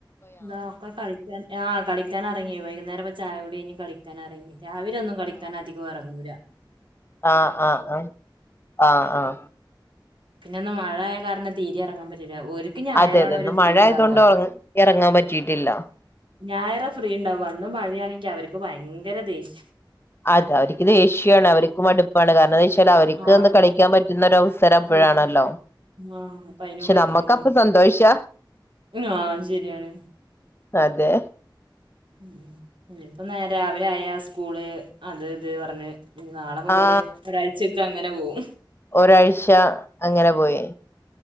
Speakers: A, on the right (about 85°); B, on the left (about 30°).
A: ഇതാ ഒക്കെ കളിക്കാൻ ആഹ് കളിക്കാൻ ഇറങ്ങി വൈകുന്നേരപ്പ ചായുടി കഴിഞ്ഞ് കളിക്കാൻ ഇറങ്ങി രാവിലെ ഒന്നും കളിക്കാൻ അധികം എറങ്ങൂലാ
B: ആഹ് ആഹ് ആഹ് ആഹ് ആഹ്
A: പിന്നെന്ന് മഴായ കാരണം തീരെ ഇറങ്ങാൻ പറ്റിയില്ല ഒരു
B: അതെ അതെ ഇന്ന്
A: ഫ്രീ
B: മഴ
A: ഇണ്ടാവുക
B: ആയതു കൊണ്ട് ഇറങ്ങാൻ പറ്റിയിട്ടില്ല
A: ഞായറ് ഫ്രീ ഉണ്ടാവും അന്ന് മഴയാണെങ്കിൽ അവർക്ക് ഭയങ്കര ദേഷ്യ
B: അതെ അവർക്ക് ദേഷ്യാണ് അവർക്ക് മടുപ്പാണ് കാരണം എന്താ വെച്ചാൽ അവർക്ക്
A: ആഹ്
B: കളിക്കാൻ പറ്റുന്നൊരവസ്ഥ പ്പോഴാണല്ലോ
A: കളി
B: പക്ഷെ
A: ആഹ് അപ്പൊ അയിനും പറ്റില്ലെങ്കി
B: നമ്മക്ക് അപ്പ സന്തോഷാ
A: ആഹ് ശരിയാണ്
B: അതെ
A: ഉം ഇതിപ്പൊ ന രാവിലെ ആയാ സ്കൂള് അത് ഇത് പറഞ്ഞ് നാളെ മുതല്
B: ആ
A: ഒരാഴ്ചൊക്കെ അങ്ങനെ പോവും
B: ഒരാഴ്ച്ച അങ്ങനെ പോയി